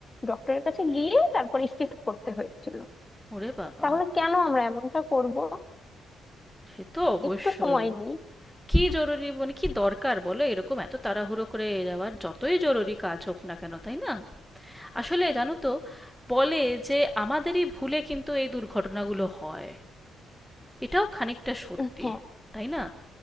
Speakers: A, on the left; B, in the centre.
A: ডক্টরের কাছে গিয়ে তারপর স্টিচ করতে হয়েছিল
B: ওরে বাবা
A: তাহলে কেন আমরা এমনটা করব
B: সে তো অবশ্যই
A: একটু সময় নিই
B: কি জরুরি মানে কি দরকার বলো এরকম এত তাড়াহুড়ো করে যাওয়ার যতই জরুরি কাজ হোক না কেন তাই না আসলে জানো তো বলে যে আমাদেরই ভুলে কিন্তু এই দুর্ঘটনাগুলো হয় এটাও খানিকটা সত্যি
A: উম, হ্যাঁ
B: তাই না